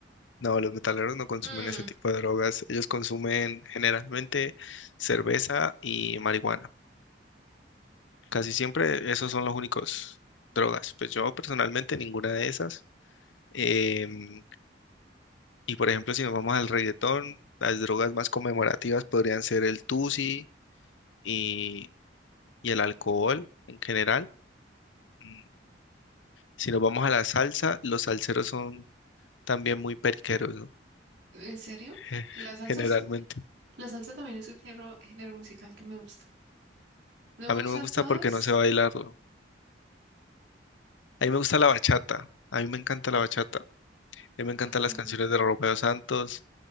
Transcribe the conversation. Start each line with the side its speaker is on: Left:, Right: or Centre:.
Left: no, los metaleros no consumen
Right: Mm,
Left: ese tipo de drogas, ellos consumen generalmente cerveza y marihuana. Casi siempre esos son los únicos drogas. Pues yo personalmente ninguna de esas. Em, Y por ejemplo, si nos vamos al reggaetón, las drogas más conmemorativas podrían ser el tusi y, y el alcohol en general. Mm, Si nos vamos a la salsa, los salseros son también muy periqueros, ¿no?
Right: ¿en serio?
Left: <laughs>
Right: La salsa,
Left: Generalmente.
Right: es- la salsa también es un género, género musical que me gusta. No
Left: A
Right: me
Left: mí
Right: gustan
Left: no me gusta
Right: todos.
Left: porque no sé bailarlo. A mí me gusta la bachata. A mí me encanta la bachata. A mí me encantan
Right: Mm,
Left: las canciones de Romeo Santos,